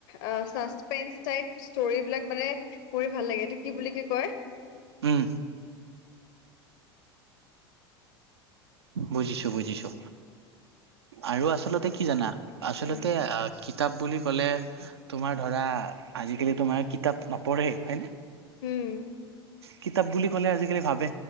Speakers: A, on the left; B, on the right.
A: অ চাচপেন্ঞ্চ টাইপ ষ্টৰিবিলাক মানে পঢ়ি ভাল লাগে এইটো কি বুলি ক কি কয়?
B: উম বুজিছো বুজিছো আৰু আচলতে কি জানা, আচলতে
A: উম,
B: আহ! কিতাপ বুলি ক'লে তোমাৰ ধৰা আজিকালি তোমাৰে কিতাপ নপঢ়ে হয় নে?
A: উম
B: কিতাপ বুলি ক'লে আজিকালি ভাবে!